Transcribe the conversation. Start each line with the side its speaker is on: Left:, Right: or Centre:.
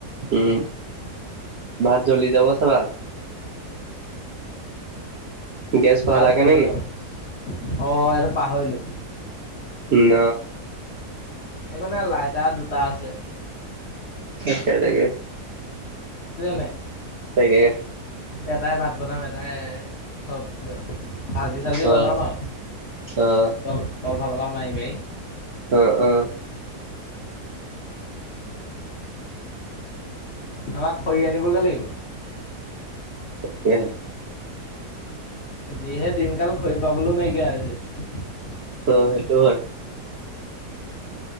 Right: উম ভাত জলি যাব চাবা গেছ ভৰালাগে
Left: ভাত জলি
Right: নেকি?
Left: যাব অ এটো পাহৰিলো।
Right: ন
Left: এই নে লাইটা দুটা আছে।
Right: সেনেকে
Left: নাই
Right: তাকে
Left: এটাই ভাত বনাম এটাই এ চব ভাজি চাজি বনাম
Right: অ',
Left: আৰু
Right: অ',
Left: ত তল ফালৰ পৰা মাৰি মাৰি।
Right: অ', অ',
Left: আমাক খৰি আনিবগে লাগিব।
Right: এ
Left: যিহে দিনকাল খৰি পাবলৈও নাইকিয়া হৈ ছে
Right: অ সেইটো হয়